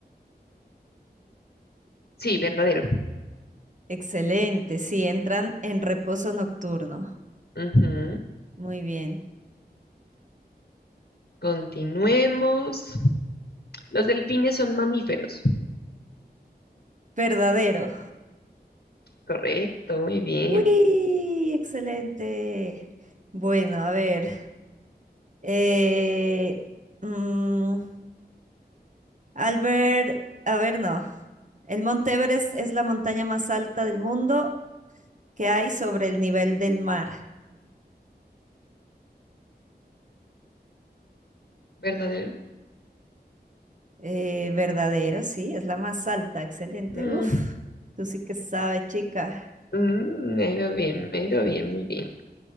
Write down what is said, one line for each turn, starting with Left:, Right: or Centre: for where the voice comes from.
Left: Sí, verdadero.
Right: Excelente, sí, entran en reposo nocturno.
Left: Ujú.
Right: Muy bien,
Left: Continuemos. Los delfines son mamíferos.
Right: verdadero.
Left: Correcto, muy bien.
Right: ¡Uy! Excelente. Bueno, a ver. eh, mm, Albert, a ver, no. El Monte Everest es la montaña más alta del mundo que hay sobre el nivel del mar.
Left: ¿Verdadero?
Right: Eh, verdadero, sí, es la más alta, excelente.
Left: Mm,
Right: Uf, tú sí que sabes, chica.
Left: mm, me ha ido bien, me ha ido bien, muy bien.